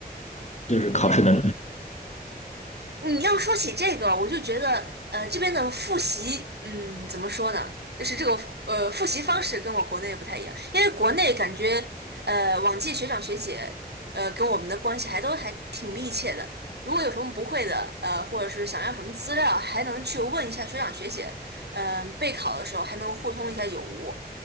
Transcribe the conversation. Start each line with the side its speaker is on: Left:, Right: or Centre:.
Left: 就是考试的
Right: 嗯你要说起这个，我就觉得，呃，这边的复习，嗯，怎么说呢？就是这个复呃，复习方式跟我国内不太一样，因为国内感觉，呃，往届学长学姐，呃，跟我们的关系还都还挺密切的。如果有什么不会的，呃，或者是想要什么资料，还能去问一下学长学姐，嗯、备考的时候还能互通一下有无。